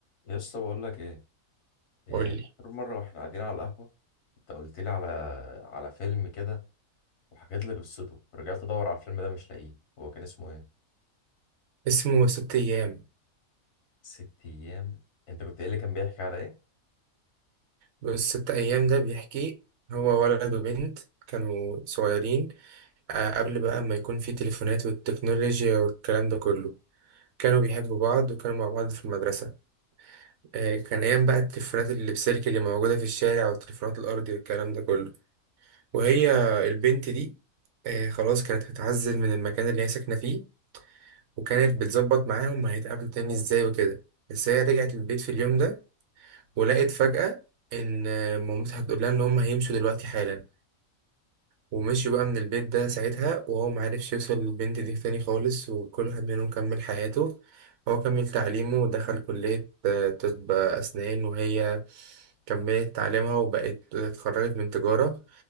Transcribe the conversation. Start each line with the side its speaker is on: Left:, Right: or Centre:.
Left: يا اسطى بقول لك ايه إيه،
Right: قول لي
Left: اخر مره واحنا قاعدين على القهوه انت قلت لي على على فيلم كده وحكيت لي قصته رجعت ادور على الفيلم ده مش لاقيه هو كان اسمه ايه
Right: اسمه ست أيام
Left: ست ايام انت كنت قايل لي كان بيحكي على ايه
Right: بس ست أيام ده بيحكي هو ولد وبنت كانوا صغيرين آه، قبل بقى ما يكون في تليفونات والتكنولوجيا والكلام ده كله كانوا بيحبوا بعض وكانوا مع بعض في المدرسة آه، كان أيام بقى التليفونات اللي بسلك اللي موجودة في الشارع والتليفونات الأرضي والكلام ده كله وهي البنت دي آه، خلاص كانت هتعزل من المكان اللي هي ساكنة فيه وكانت بتظبط معاهم هيتقابلوا تاني ازاي وكده بس هي رجعت البيت في اليوم ده ولقيت فجأة إن مامتها بتقول لها إن هم هيمشوا دلوقتي حالا ومشي بقى من البيت ده ساعتها وهو معرفش يوصل للبنت دي تاني خالص وكل واحد منهم كمل حياته هو كمل تعليمه ودخل كلية آه، طب أسنان وهي كملت تعليمها وبقت اتخرجت من تجارة